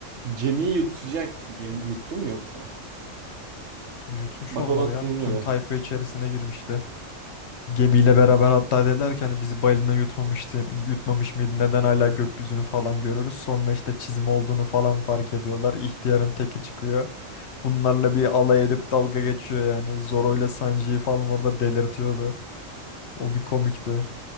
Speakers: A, on the right; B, on the left.
A: Gemiyi yutacak. Gem- Yuttu mu yoksa?
B: Yutmuş
A: Bak
B: olmalı
A: onu hatırlamıyorum.
B: ya. Tüm tayfa içerisine girmişti. Gemiyle beraber hatta dediler ki hani bizi balina yutmamıştı, yutmamış mıydı? Neden hala gökyüzünü falan görürüz? Sonra işte çizim olduğunu falan fark ediyorlar. İhtiyarın teki çıkıyor. Bunlarla bir alay edip dalga geçiyor yani. Zoro ile Sanji'yi falan orada delirtiyordu. O bir komikti.